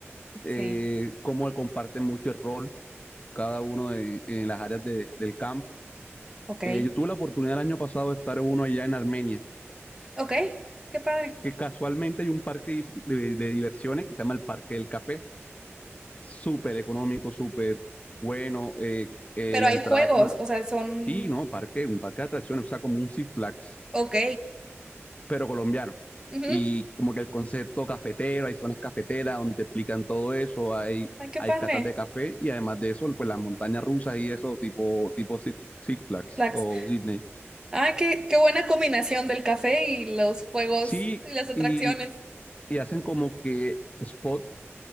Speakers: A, on the left; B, on the right.
A: eh,
B: Sí.
A: cómo comparten mucho el rol cada uno de, en las áreas de- del campo.
B: Ok.
A: Eh, yo tuve la oportunidad el año pasado de estar en uno allá en Armenia,
B: Ok. Qué padre.
A: que casualmente hay un parque dif- de, de diversiones que se llama el Parque del Café, súper económico, súper bueno, eh, eh,
B: Pero
A: la
B: hay
A: entrada,
B: juegos,
A: no,
B: o sea, son...
A: sí, no, parque, un parque de atracciones, o sea, como un Six Flags
B: Ok.
A: pero colombiano.
B: Ujú.
A: Y como que el concepto cafetero, hay zonas cafeteras donde te explican todo eso, hay,
B: Ay, qué
A: hay
B: padre.
A: catas de café y además de eso, pues las montañas rusas y eso, tipo, tipo Six, Six Flags
B: Flax.
A: o Disney.
B: Ay, qué, qué buena combinación del café y los juegos
A: Sí,
B: y las atracciones.
A: y, y hacen como que spots